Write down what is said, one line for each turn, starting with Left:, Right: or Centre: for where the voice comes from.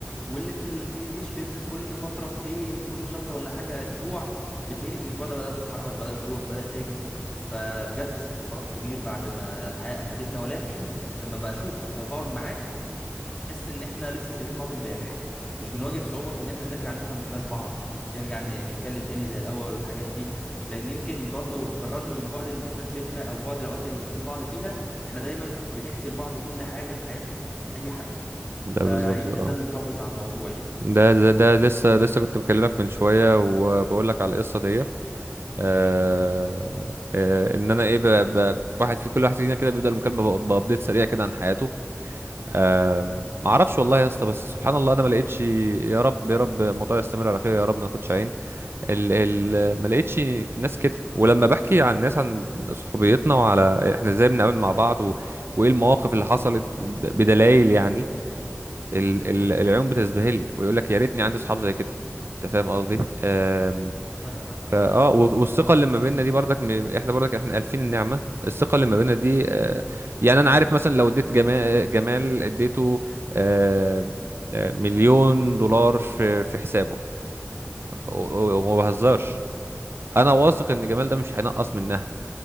Left: واللي في ال- في الجيش بينزل كل فتره فين كل شهر ولا حاجه اسبوع بتلاقيني في الاسبوع ده بدات اتحرك بدات اروح بدات اجي فبجد سبت فراغ كبير بعد ما الحياه اخدتنا ولكن لما بشوفك او بقعد معاك احس ان احنا لسه سايبين بعض امبارح مش بنواجه صعوبه في ان احنا نرجع نفهم دماغ بعض نرجع ن- نتكلم تاني زي الاول والحاجات دي لان يمكن برضو بالرغم من بعد المسافات بيننا او بعد الاوقات اللي بنشوف بعض فيها احنا دايما بنحكي لبعض كل حاجه في حياه اي حد
Right: ده
Left: فيمكن
Right: بالظبط اه
Left: ده اللي محافظ على الموضوع يعني
Right: ده ده ده لسه لسه كنت بكلمك من شويه وبقول لك على القصه دي آه آه ان انا ايه ب- ب- واحد في كل واحد فينا كده بيبدا المكالمه بأ- بابديت سريع كده عن حياته أم، ما اعرفش والله يا اسطى بس سبحان الله انا ما لقيتش يا رب يا رب الموضوع يستمر على خير يا رب ما ناخدش عين ال ال ما لقيتش ناس كده ولما بحكي عن الناس عن صحوبيتنا وعلى احنا ازاي بنتعامل مع بعض و... وايه المواقف اللي حصلت ب- بدلائل يعني ال ال العيون بتزبهل ويقول لك يا ريتني عندي اصحاب زي كده انت فاهم قصدي أم،
Left: فاهمك اه
Right: فاه و- والثقه اللي ما بيننا دي برضك م- احنا برضك احنا الفين النعمه الثقه اللي ما بيننا دي آه، يعني انا عارف مثلا لو اديت جمال جمال اديته آه، آه، مليون دولار في في حسابه و- و- وما بهزرش انا واثق ان جمال ده مش هينقص منها